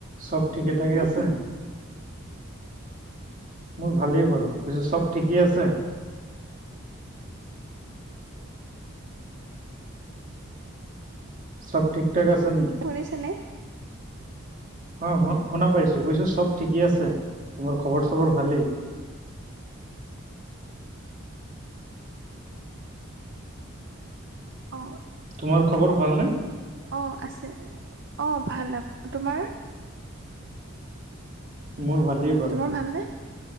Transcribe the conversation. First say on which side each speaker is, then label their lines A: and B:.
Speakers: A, on the right; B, on the right.
A: চব ঠিকে থাকে
B: নে
A: আছে মোৰ ভালেই বাৰু কৈছো চব ঠিকেই আছে
B: <unintelligible>
A: চব ঠিক ঠাক আছে নি
B: শুনিছেনে
A: অ শু শুনা পাইছো কৈছো চব ঠিকেই আছে তোমাৰ খবৰ চবৰ ভালেই
B: অ
A: তোমাৰ খবৰ ভালনে
B: অঁ আছে অঁ ভাল তোমাৰ
A: মোৰ ভালেই বাৰু।
B: তোমাৰ ভালনে